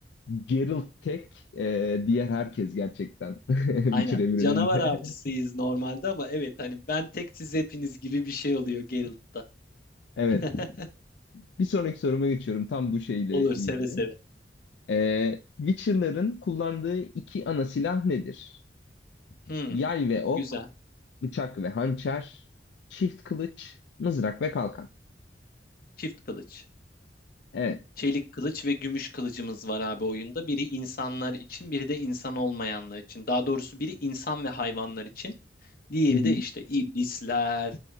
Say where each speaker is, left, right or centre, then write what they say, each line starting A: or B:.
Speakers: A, on the left; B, on the left.
A: Geralt tek, e, diğer herkes gerçekten <laughs> Witcher
B: Aynen.
A: evreninde.
B: Canavar avcısıyız normalde ama evet hani ben tek siz hepiniz gibi bir şey oluyor Geralt'ta.
A: Evet.
B: <laughs>
A: Bir sonraki soruma geçiyorum. Tam bu şeyle
B: Olur
A: ilgili.
B: seve seve.
A: Ee, Witcher'ların kullandığı iki ana silah nedir?
B: Hmm,
A: Yay ve ok,
B: güzel.
A: bıçak ve hançer, çift kılıç, mızrak ve kalkan.
B: Çift kılıç.
A: Evet.
B: Çelik kılıç ve gümüş kılıcımız var abi oyunda. Biri insanlar için, biri de insan olmayanlar için. Daha doğrusu biri insan ve hayvanlar için. Diğeri
A: Hı hı.
B: de işte iblisler,